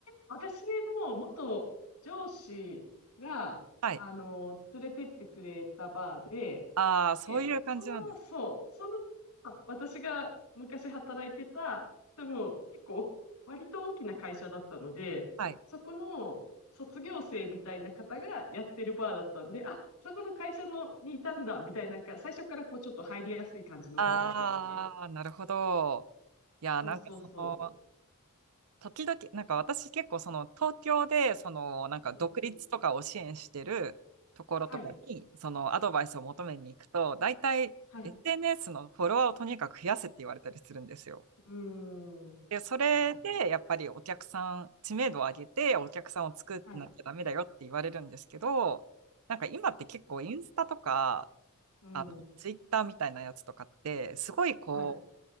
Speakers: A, on the left; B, on the right.
A: 私の元上司が、
B: はい。
A: あの、連れてってくれたバーで、
B: ああ、そういう感じなんです。
A: で、その、そう、その、あ私が昔働いてた、でも結構、割と大きな会社だったので、
B: はい。
A: そこの卒業生みたいな方がやってるバーだったんで、あ、そこの会社のにいたんだ、みたいな、なんか最初からこうちょっと入りやすい感じのバーだったんですね。
B: ああ、なるほど。いやなんかその、
A: そうそうそ
B: 時々、なんか私結構その、東京で、その、なんか独立とかを支援してるところとかに、
A: う。うんうん。はい、
B: その、アドバイスを求めに行くと、大体、
A: はい。
B: SNS のフォロワーをとにかく増やせって言われたりするんですよ。
A: うん。
B: で、それで、
A: 確かに。
B: やっぱりお客さん、知名度を上げて、お客さんを作んなきゃダメだよって言われるんですけど、
A: はい。
B: なんか今って結構インスタとか、
A: うん。
B: あの、ツイッターみたいなやつとかって、すごいこう、
A: はい。